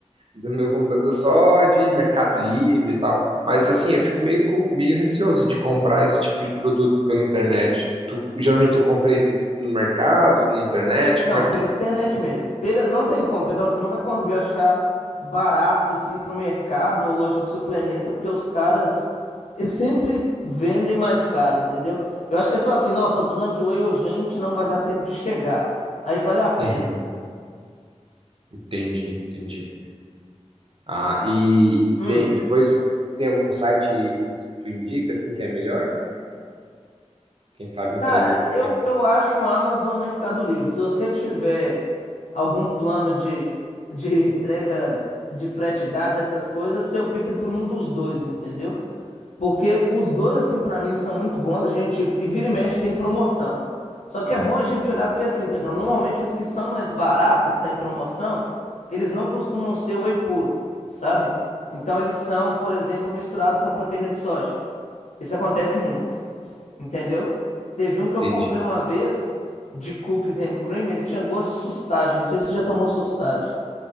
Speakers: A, on the right; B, on the left.
A: do meu computador só de Mercado Livre e tal. Mas assim, eu fico meio, com- meio receoso de comprar esse tipo de produto pela internet. Tu, geralmente tu compra eles no mercado, na internet,
B: Não,
A: como é que
B: pela
A: tu...
B: internet mesmo. Pela... Não tem como, Pedrão, você não vai conseguir achar barato assim pro mercado ou loja de suplemento, porque os caras, eles sempre vendem mais caro, entendeu? Eu acho que é só assim, não, tô precisando de whey urgente, não vai dar tempo de chegar. Aí vale a pena.
A: Uhum, entendi, entendi. Ah, e, e
B: Hum.
A: tem, depois tem algum site que tu, tu indica, assim, que é melhor? Quem sabe entrega
B: Cara,
A: aqui
B: eu,
A: na minha...
B: eu acho o Amazon um Mercado Livre. Se você tiver algum plano de, de <laughs> entrega de frete grátis, essas coisas, você opta por um dos dois, entendeu? Porque os dois, assim, pra mim, são muito bons. A gente, e vira e mexe, tem promoção. Só que
A: Ah,
B: é bom a gente olhar, porque assim, Pedrão, normalmente os que são mais baratos, que tá em promoção, eles não costumam ser whey puro, sabe? Então eles são, por exemplo, misturado com proteína de soja. Isso acontece muito. Entendeu? Teve um que eu
A: entendi.
B: comprei uma vez de cookies and cream, ele tinha gosto de sustagem. Não sei se você já tomou sustagem.